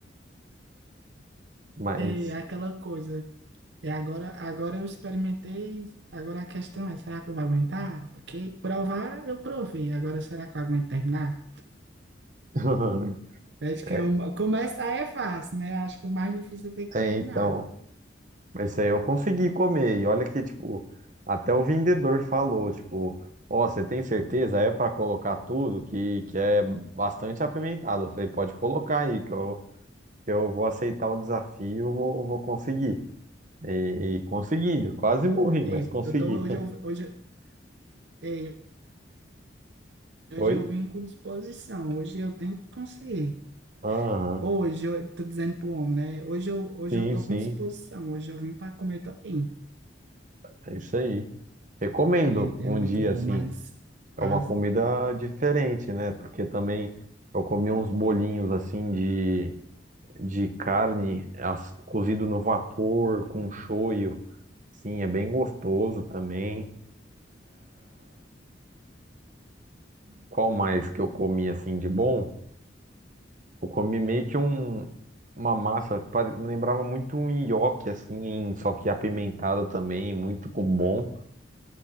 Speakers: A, on the right (about 45°); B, on the right (about 65°).
A: <laughs>
B: É
A: Mas,
B: aquela coisa. E agora, agora eu experimentei, agora a questão é, será que eu vou aguentar? Porque provar, eu provei. Agora, será que eu aguento terminar?
A: <laughs>
B: Acho que
A: é,
B: é uma... começar é fácil, né? Acho que o mais difícil é ter que
A: é,
B: terminar.
A: então. Mas isso aí eu consegui comer. E olha que, tipo, até o vendedor falou, tipo, ó, você tem certeza? É pra colocar tudo que, que é bastante apimentado. Você pode colocar aí, que eu, que eu vou aceitar o desafio, vou, vou conseguir. E, e consegui, eu quase morri,
B: É,
A: mas consegui.
B: eu tô, hoje, eu, hoje, é, hoje
A: <laughs> Foi?
B: eu vim com disposição. Hoje eu tenho que conseguir.
A: Aham,
B: Hoje, eu tô dizendo pro homem, né? Hoje eu, hoje
A: Sim,
B: eu tô
A: sim,
B: com disposição, hoje eu vim para comer também.
A: é isso aí. Recomendo
B: É,
A: um
B: é muito
A: dia,
B: bom,
A: assim,
B: mas
A: é
B: as,
A: uma comida diferente, né? Porque também eu comi uns bolinhos, assim, de de carne as- cozido no vapor com shoyu. Sim, é bem gostoso também. Qual mais que eu comi assim de bom? Eu comi meio que um, uma massa que pare- me lembrava muito um nhoque assim, em- só que apimentado também, muito co- bom.